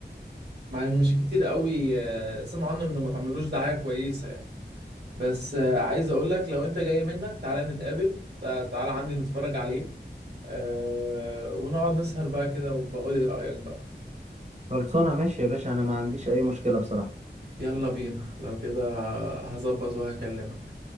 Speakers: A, on the right; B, on the right.
A: مع مش كتير قوي آه سمعوا عنه انه ما تعملوش دعايه كويسه يعني بس آه عايز اقول لك لو انت جاي منك تعالى نتقابل تع- تعالى عندي نتفرج عليه آه ونقعد نسهر بقى كده وبقول لي رايك بقى
B: خلصانه ماشي يا باشا انا ما عنديش اي مشكلة بصراحة
A: يلا بينا لو كده هظبط وهكلمك